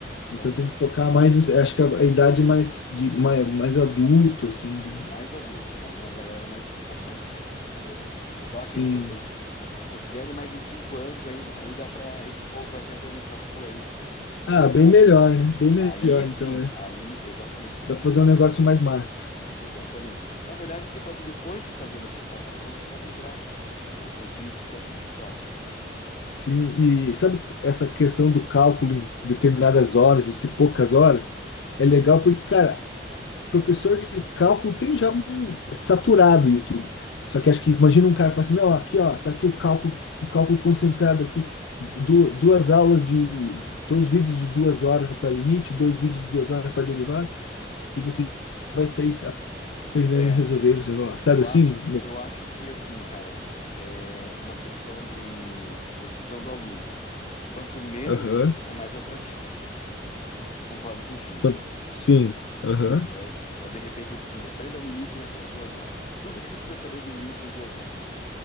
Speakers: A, on the left; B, on the left.
A: Então,
B: Então tem que focar mais, nisso. acho que a a idade mais de mais, mais adulto assim, né?
A: é mais adulto, mais uma galera mais um pouco mais séria, entendeu? TikTok
B: Sim.
A: ainda é- considere mais uns cinco anos, aí, aí dá para esse povo vai estar entrando em facu, aí a gente
B: Ah,
A: pode aí,
B: bem melhor, né? Bem melhor
A: aí sim,
B: então, né?
A: aí exatamente,
B: Dá pra fazer
A: aí,
B: um negócio mais massa.
A: exatamente. Na verdade, a gente pode depois de fazer nessas plataformas só migrar o- os vídeos para o TikTok.
B: Sim, e sabe essa questão do cálculo em determinadas horas e se poucas horas? É legal porque, cara, professor de cálculo tem já um saturado o YouTube. Só que acho que imagina um cara falar assim, não, aqui ó, tá aqui o cálculo, o cálculo concentrado aqui, du- duas aulas de u- dois vídeos de duas horas para limite, dois vídeos de duas horas para derivada, e você vai sair aprendendo
A: É,
B: a resolver os negócios, sabe
A: Eu acho,
B: assim?
A: eu acho que assim, cara, é uma questão de, do- visão do aluno. Quanto menos
B: Aham.
A: é mais atrativo. Isso eu concordo contigo,
B: Quan- Sim. Aham.
A: entendeu? Então, de repente, assim, aprenda limite em até duas horas. Tudo que você precisa saber de limites em duas horas.